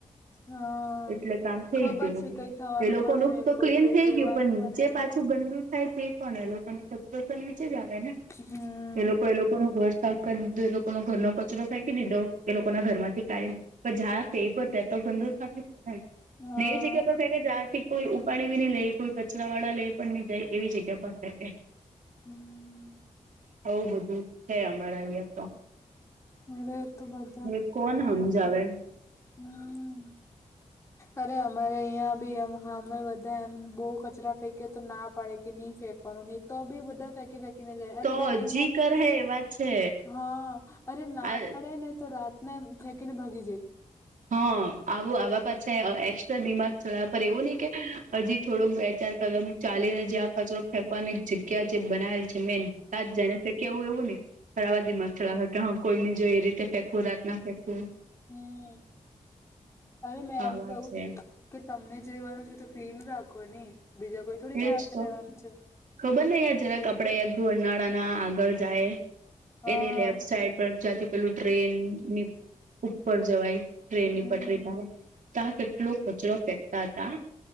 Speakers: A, on the left; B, on the right.
A: હા
B: એટલે કામ થઈ
A: ખબર
B: ગયું
A: છે કઈ થવાનું
B: એ લોકો
A: મળે
B: નુ
A: ને
B: તો
A: કોઈ
B: ક્લીન
A: કઈ
B: થઈ
A: કહેવાનું
B: ગયું પણ નીચે
A: મળે ને
B: પા છુ ગંદુ થાય. તે કોણ એ લોકોને કચરો તો નીચે જ આવે ને
A: હમ
B: એ લોકો એ લોકોનું ઘર સાફ ગંદો એ લોકોનો ઘરનો કચરો ફેકી દીધો એ લોકો ના ઘર માંથી કાઢી ને પણ જા ફેકએ ત તો ગંદુ થાય.
A: હા
B: ન એવી જગ્યા પર ફેકે જાતી. કોઈ ઉપાડડી બી નહી લઈ કોઈ કચરા વાળા લઈ પણ નઈ જાય એવી જગ્યા પર ફેકે.
A: હમ.
B: આવું બધું છે અમારા અહિયાં તો.
A: હવે તો બદ.
B: આને કોણ હમજાવે.
A: હમ અરે અમારે અહીં બી એમ હામે બધા એમ બહુ કચરા ફેંકે તો ના પડે કે નહીં ફેંક. પણ ની તો બી બઘા ફેકી દે. મુકી ને જાય અરે
B: તો
A: બિલ્ડંગ
B: હજી
A: માંથીજ
B: કર હે એવા છે
A: હા અરે ના
B: આ
A: પાડે ને તો રાતના ફેકીને ભાગી જાય.
B: હા આવું આવા પાછા અ એક્સ્ટ્રા દિમાગ ચલાયા પર એવું નહી કે હજી થોડોક બે ચાર કદમ ચાલી ને જે આ કચરો ફેંકવાની જગ્યા જે બનાવેલ જમી ને તા જઈ ને ફેક. કેવું એવું નને બરા દિમાગ ચલાવા હો કે કોઈ ની જો એ રીતે ફેંકવું રાત ના ફેંકવું
A: હમ અરે મેં
B: હા
A: એમ
B: વાત
A: કેવું.
B: છે
A: કે તમને જ રહેેવાનું છે તો ક્લીન રાખો નહી બીજા કોઈ થોડી ને
B: એજ
A: આવા
B: તો
A: રહેેવાનું છે.
B: ખબર ને યાર જરાક આપડે ઘરનાળાના આગળ જાય.
A: હા
B: એની લેફ્ટ સાઈડ પર જથી પેલું ટ્રેનની ઉપર જવાય ટ્રેનની
A: હમ
B: પટરી પાહે ત્યા કેટલો કચરો ફેંકતા તા.